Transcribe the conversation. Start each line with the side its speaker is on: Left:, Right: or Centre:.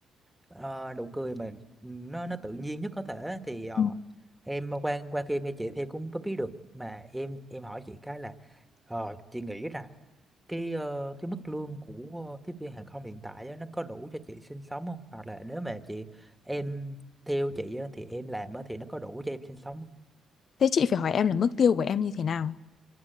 Centre: ờ, nụ cười mà nó nó tự nhiên nhất có thể thì ờ,
Left: Ừ.
Centre: em qua qua khi em nghe chị thì em cũng có biết được mà em em hỏi chị cái là ờ, chị nghĩ rằng cái ờ, cái mức lương của ờ, tiếp viên hàng không hiện tại á, nó có đủ cho chị sinh sống không hoặc là nếu mà chị em theo chị á, thì em làm á, thì nó có đủ cho em sinh sống không?
Left: thế chị phải hỏi em là mức tiêu của em như thế nào